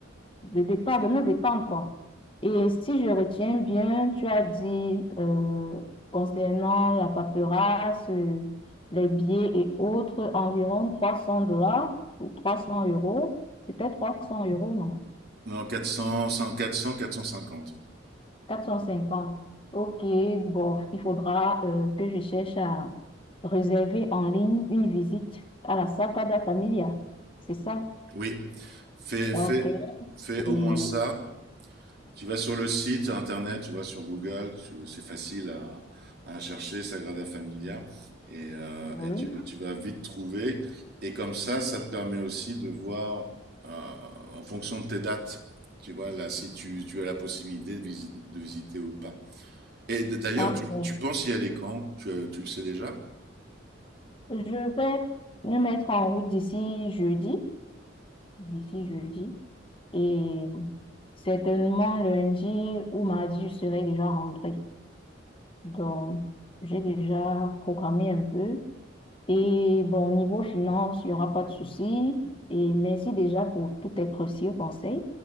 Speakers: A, on the left; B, on the right.
A: de détendre, de me détendre, quoi. Et si je retiens bien, tu as dit euh, concernant la paperasse, euh, les billets et autres, environ 300 dollars ou 300 euros. C'était 300 euros, non?
B: Non, quatre quatre cents, cent quatre cents, quatre cent cinquante.
A: 450. OK, bon, il faudra euh, que je cherche à réserver en ligne une visite à la Sagrada Familia. C'est ça?
B: Oui, fais,
A: OK.
B: fais, fais au
A: Et
B: moins ça. Tu vas sur le site internet, tu vas sur Google, tu- c'est facile à, à chercher, Sagrada Familia, et, euh,
A: oui,
B: et tu, vas- tu vas vite trouver. Et comme ça, ça te permet aussi de voir, euh, en fonction de tes dates, tu vois, là, si tu, tu as la possibilité de visiter, de visiter ou pas. Et d- d'ailleurs,
A: ah,
B: tu,
A: bon.
B: tu penses y aller quand? Tu, euh, tu le sais déjà?
A: Je vais me mettre en route d'ici jeudi, d'ici jeudi, et certainement lundi ou mardi, je serai déjà rentrée. Donc, j'ai déjà programmé un peu. Et bon, niveau finance, il n'y aura pas de souci. Et merci déjà pour tous tes précieux conseils.